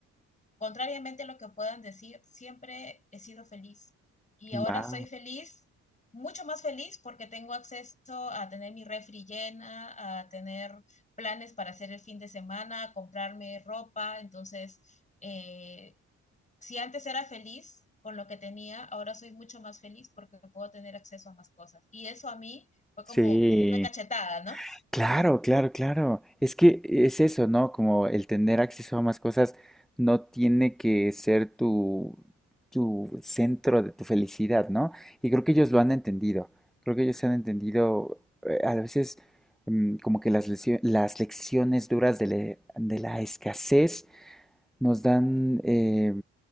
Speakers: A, on the left; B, in the centre.
A: Contrariamente a lo que puedan decir, siempre he sido feliz y ahora
B: Wow.
A: soy feliz, mucho más feliz porque tengo acceso a tener mi refri llena, a tener planes para hacer el fin de semana, a comprarme ropa. Entonces, eh, si antes era feliz con lo que tenía, ahora soy mucho más feliz porque puedo tener acceso a más cosas. Y eso a mí fue
B: Sí.
A: como una cachetada, ¿no?
B: Claro, claro, claro. Es que es eso, ¿no? Como el tener acceso a más cosas no tiene que ser tu, tu centro de tu felicidad, ¿no? Y creo que ellos lo han entendido. Creo que ellos han entendido eh, a veces mm, como que las, lesio- las lecciones duras de, le- de la escasez nos dan, eh,